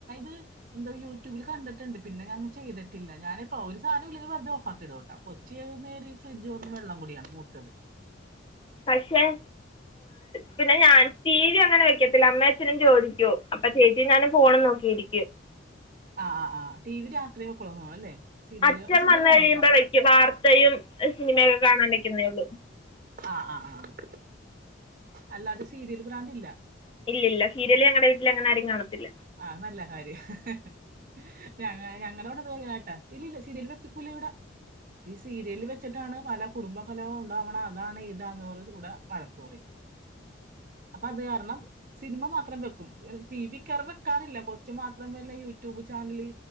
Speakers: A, on the right (about 45°); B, on the left (about 25°).
A: ചെയ് എന്തോ യൂടൂബിൽ കണ്ടിട്ടുണ്ട് പിന്നെ ഞാൻ ചെയ്തിട്ടില്ല ഞാനിപ്പോ ഒരു സാധനോം ഇല്ലെങ്കിൽ വെറുതെ ഓഫാക്കി ഇടുവേട്ടോ ഏത് നേരോം ഫ്രിഡ്ജ് തുറന്ന് വെള്ളം കൂടിയാണ് മൂത്തത്
B: പക്ഷെങ് പിന്നെ ഞാൻ ടിവി അങ്ങനെ വെക്കത്തില്ല അമ്മേ ച്ചനും ജോലിക്ക് പോകും അപ്പൊ ചേച്ചീഞാനും ഫോണും നോക്കിയിരിക്കും
A: ആഹ് ആഹ് ആഹ് ടി വി രാത്രി വെക്കുള്ളൂ <unintelligible> അല്ലേ സീരിയല്
B: അച്ഛൻ
A: സീരിയല്
B: വന്ന്
A: കാണോ
B: കഴിയുമ്പോ
A: ഇപ്പ?
B: വയ്ക്കും വാർത്തയും സിനിമയൊക്കെ കാണാൻ വെക്കുന്നേയുള്ളൂ
A: ആഹ് ആഹ് അ അല്ലാതെ സീരിയൽ പഭ്രാന്തില്ല
B: ഇല്ലില്ല സീരിയല് ഞങ്ങടെ വീട്ടിൽ അങ്ങനെ ആരും കാണത്തില്ല
A: ആഹ് അത് നല്ല കാര്യാ ഹ ഹ ഹ് ഞ ഞങ്ങളുടെ അവിടെ ഇത്പോലാണ് ട്ടാ ഇല്ലില്ല സീരിയൽ വെപ്പിക്കൂല വിടെ ഈ സീരിയൽ വെച്ചിട്ടാണ് പല കുടുംബകലഹവും ഉണ്ടാവണെ അതാണ് ഇതാണ് പറഞ്ഞ് ഇവിടെ വഴക്ക് പറയും
B: <inaudible>
A: അപ്പൊ അത് കാരണം സിനിമ മാത്രം വെക്കും ടി വി <unintelligible> വെക്കാറില്ല കൊച്ചു മാത്രം വല്ല യൂട്യൂബ് ചാനല്